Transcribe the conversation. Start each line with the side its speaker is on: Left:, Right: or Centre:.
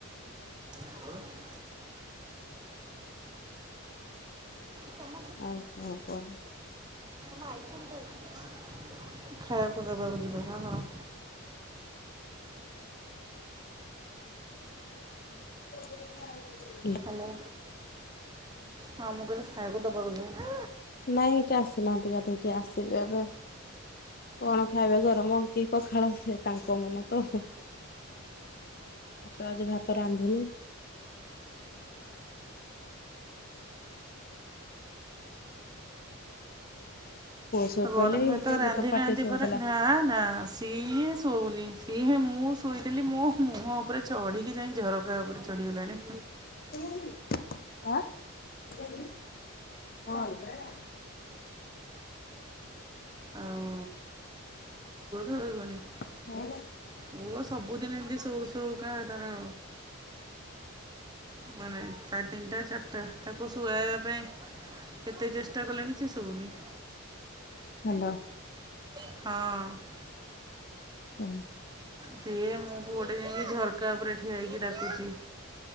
Right: <inaudible> ତମ
Left: <unintelligible>
Right: ଭାଇ <unintelligible> ଖାଇବାକୁ ଦେବାକୁ ଯିବେ ନା କଣ।
Left: <inaudible>
Right: ହ୍ୟାଲୋ ହଁ ମୁଁ କହିଲେ ଖାଇକୁ ଦବାକୁ ଯିବେ।
Left: ନାଇଁ କିଏ ଆସିନାହାନ୍ତି ଗାଧେଇକି ଆସିବେ ଏବେ। କଣ ଖାଇବେ ଗରମ କି ପଖାଳ ସେ ତାଙ୍କ ମନ ତ। ମୁଁ ତ ଆଜି ଭାତ ରାନ୍ଧିନି। ପୁଅ ଶୋଇପଇଲେ
Right: ତ ଗରମ ଭାତ
Left: ଏବେ
Right: ରାନ୍ଧି
Left: ତ ପାଟି
Right: ନାହନ୍ତି
Left: ଶୋଉଥିଲା।
Right: ପରା ନା ନା ସ୍ ସିଏ ଶୋଉନି ସିଏ ମୁଁ ଶୋଇଥିଲି ମୋ ମୁହଁ ଉପରେ ଚଢ଼ିକି ଯାଇ ଝରକା ଉପରେ ଚଢି ଗଲାଣି।
Left: <inaudible>
Right: ଆଉ <unintelligible>
Left: <unintelligible>
Right: ପୁଅ ସବୁଦିନ ଏମିତି ସୋଉ ସୋଉକା ତାର ମାନେ ସାଢେ ତିନିଟା ଚାରିଟା ତାକୁ ଶୁଆଇବା ପାଇଁ କେତେ ଚେଷ୍ଟା କଲାଣି ସେ ସୋଉନି।
Left: ହ୍ୟାଲୋ।
Right: ହଁ।
Left: କୁହନ୍ତୁ।
Right: ସିଏ ମୋ ପୁଅଟା ଯାଇଁକି‌ ଝରକା ଉପରେ ଠିଆ ହେଇକି ଡାକୁଚି।